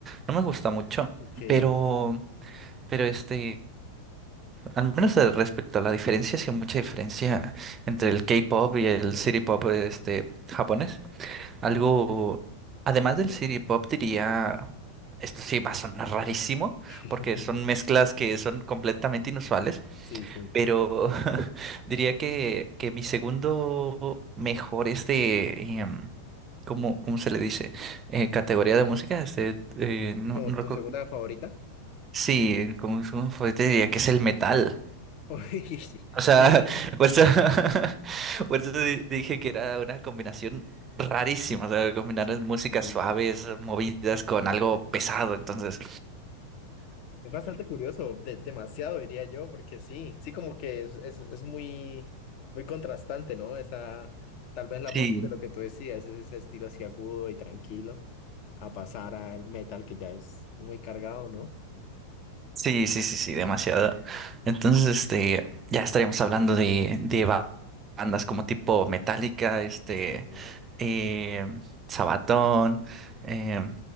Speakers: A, on the right; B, on the left.
A: no me gusta mucho,
B: Ok,
A: pero, pero este... Al menos de- respecto a la diferencia, sí hay mucha diferencia entre el K-pop y el city pop este, japonés. Algo, además del city pop, diría, esto sí va a sonar rarísimo,
B: <laughs>
A: porque son mezclas que son completamente inusuales,
B: sí, sí.
A: pero <laughs> diría que, que mi segundo mejor este, em, ¿cómo, cómo se le dice? Eh, categoría de música, este, eh, no,
B: ¿Y como
A: no recuerdo.
B: tu segunda favorita?
A: Sí, como, como fue, te diría que es el metal.
B: <laughs> Uy,
A: O sea,
B: mira que-
A: <laughs> por eso, <laughs> por eso di- dije que era una combinación rarísima, o sea, combinar
B: Sí,
A: músicas
B: sí. sí.
A: suaves, movidas con algo pesado, entonces,
B: Es bastante curioso, de- demasiado diría yo, porque sí, sí como que es, es, es muy, muy contrastante, ¿no? Esa, tal vez las
A: sí,
B: voces de lo que tú decías, es ese estilo así agudo y tranquilo, a pasar al metal que ya es muy cargado, ¿no?
A: sí, sí, sí, sí, demasiado. Entonces, este, ya estaríamos hablando de, de ba- bandas como tipo Metallica, este,
B: Sí.
A: eh, Sabaton, eh,